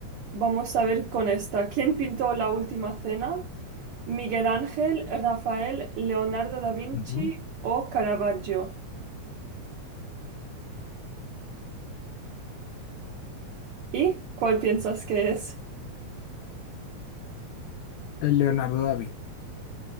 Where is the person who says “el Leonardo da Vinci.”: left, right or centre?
Left